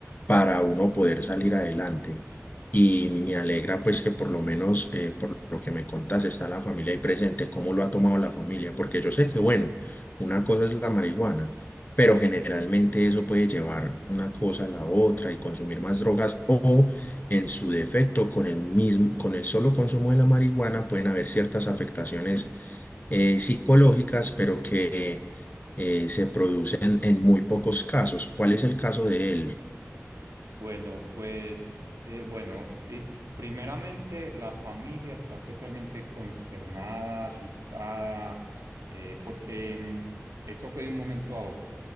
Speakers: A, on the left; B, on the right.
A: para uno poder salir adelante. Y me alegra pues que por lo menos eh, por lo que me contás está la familia ahí presente, cómo lo ha tomado la familia, porque yo sé que bueno. Una cosa es la marihuana, pero generalmente eso puede llevar una cosa a la otra y consumir más drogas o en su defecto con el mismo, con el solo consumo de la marihuana pueden haber ciertas afectaciones eh, psicológicas, pero que eh, se producen en muy pocos casos. ¿Cuál es el caso de él?
B: Bueno, pues, eh, bueno, y primeramente la familia está totalmente consternada, asustada, eh, porque mm, eso fue de un momento a otro.